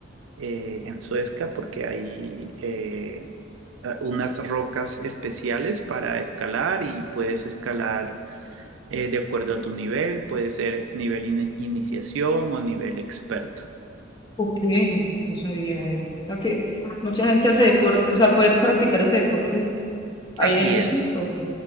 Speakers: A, on the right (about 90°); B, on the left (about 25°).
A: eh, en Suezca porque hay eh, eh, unas rocas especiales para escalar y puedes escalar eh, de acuerdo a tu nivel, puede ser nivel in- iniciación o nivel experto.
B: Ok, no sabía eso. O sea que mucha gente hace deporte, o sea, pueden practicar ese deporte ahí
A: Así
B: en el bosque.
A: es.
B: Ok.